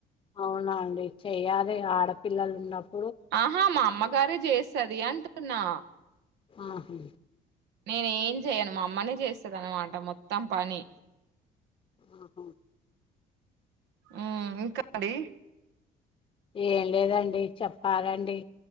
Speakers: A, on the left; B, on the right.
A: అవున అండి చెయ్యాలే ఆడపిల్లలు ఉన్నప్పుడు
B: ఆహా మా అమ్ అమ్మగారే చేస్తది అంటున్నా
A: ఆహా
B: నేను ఏం చెయ్యను మా అమ్మనే చేస్తది అన్నమాట మొత్తం పని
A: ఆహా
B: ఉ ఇంకా అండి
A: ఏం లేదండి చెప్పాలండి